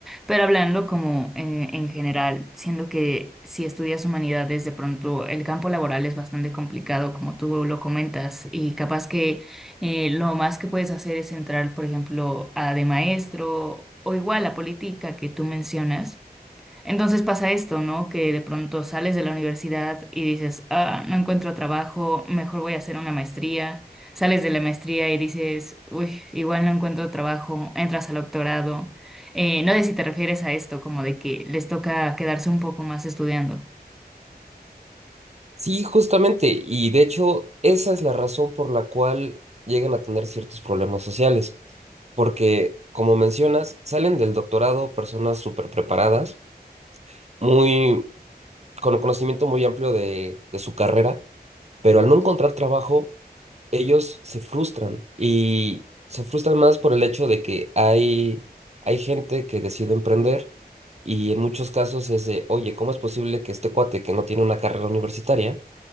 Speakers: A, in the centre; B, on the right.
A: Pero hablando como eh, en general, siendo que si estudias humanidades, de pronto el campo laboral es bastante complicado, como tú lo comentas, y capaz que eh, lo más que puedes hacer es entrar, por ejemplo, a de maestro o igual a política que tú mencionas entonces pasa esto, ¿no? Que de pronto sales de la universidad y dices, ah, no encuentro trabajo, mejor voy a hacer una maestría. Sales de la maestría y dices, uy, igual no encuentro trabajo, entras al doctorado. Eh, no sé si te refieres a esto, como de que les toca quedarse un poco más estudiando.
B: Sí, justamente, y de hecho esa es la razón por la cual llegan a tener ciertos problemas sociales, porque como mencionas, salen del doctorado personas súper preparadas, muy, con un conocimiento muy amplio de, de su carrera, pero al no encontrar trabajo, ellos se frustran y se frustran más por el hecho de que hay, hay gente que decide emprender y en muchos casos es de, oye, ¿cómo es posible que este cuate que no tiene una carrera universitaria